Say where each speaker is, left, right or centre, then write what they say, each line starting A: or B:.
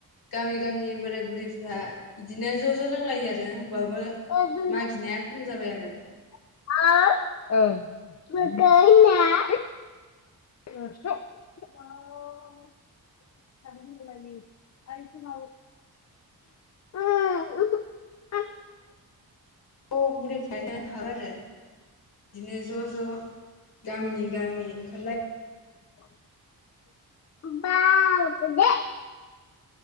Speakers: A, on the left; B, on the left.
A: गामि गामि बोराय बुरिफ्रा बिदिनो ज' ज' लोंलायो आरो होनबा बो
B: आरो
A: मागिनाया खम जाबाय आरो
B: <unintelligible> <unintelligible> ओं ओं
A: ज बुरिफ्रानो हाबो आरो बिदिनो ज' ज' गामिनि गामि ओंखारलाय
B: <inaudible> <unintelligible> <unintelligible>